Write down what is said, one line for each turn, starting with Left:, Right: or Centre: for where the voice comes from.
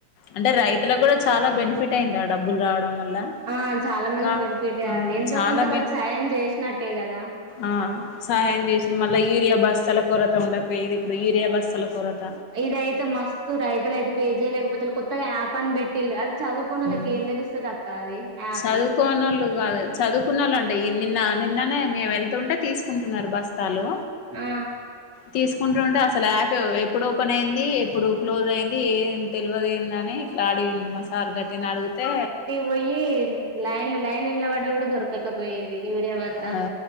Left: అంటే రైతులక్ గుడ చాలా బెనిఫిట్ అయిందా డబ్బుల్ రావడం వల్ల
Right: ఆఁ చాలా మంది
Left: కా
Right: బెన్ఫిటే
Left: ఆ
Right: అది ఎంతో
Left: చాలా
Right: కొంత వాళ్ళక్ సాయం జేసినట్టే గదా
Left: ఆఁ సాయం జేసి మళ్ళ యూరియా బస్తాల కొరత ఉండకపోయేదీ ఇప్పుడు యూరియా బస్తాల కొరత
Right: ఇదయితే మస్తూ రైతులైతే పే జేయలేకబోతుల్ కొత్తగా యాప్ అన్ బెట్టిల్ అది చదువు కోనలకి
Left: మ్
Right: ఏం దెలుస్తదక్క అదీ యాపు
Left: చదువుకోనోళ్ళు కాదు చదువుకున్నోళ్ళు అంటే నిన్న నిన్ననే మేము వెళ్తుంటే తీసుకుంటున్నారు బస్తాలు
Right: ఆ
Left: తీసుకుంటు ఉంటే అసలు యాప్ ఎప్పుడు ఓపెన్ అయింది ఎప్పుడు క్లోజ్ అయింది ఏం తెలవదెందని లాడిండు మా సార్ గట్టిగనె అడుగితే
Right: పోయ్యి లైను లైన్ల నిలబడ్డ కూడా దొరకు దొరకకపోయేది యూరియాబత్తాలు
Left: ఆ